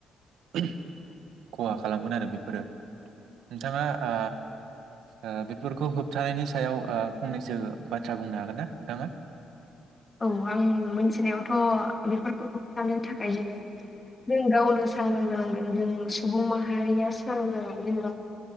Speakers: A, on the right (about 80°); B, on the left (about 25°).
A: खहा खालामगोन आरो बेफोरो। नोंथाङा आ ओ बेफोरखौ होबथानायनि सायाव आ फंनैसो बाथ्रा बुंनो हागोन ना नोंथाङा?
B: औ आं मोनथिनायावथ' बेफोरखौ होबथानो थाखाय जोङो जों गावनो सांग्रां जानांगोन जों सुबुं माहारिया सांग्रां जेनेबा